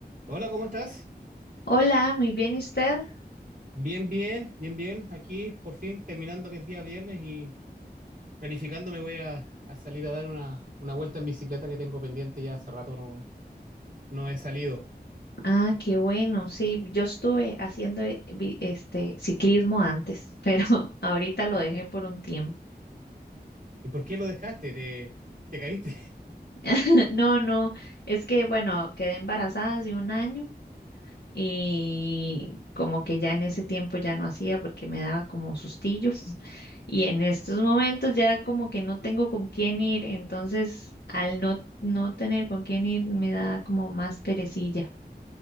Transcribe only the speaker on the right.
Hola, ¿cómo estás?
Bien, bien, bien, bien. Aquí por fin terminando que es día viernes y planificando me voy a, a salir a dar una, una vuelta en bicicleta que tengo pendiente ya hace rato no, no he salido.
¿Y por qué lo dejaste? ¿Te, te caíste? <laughs>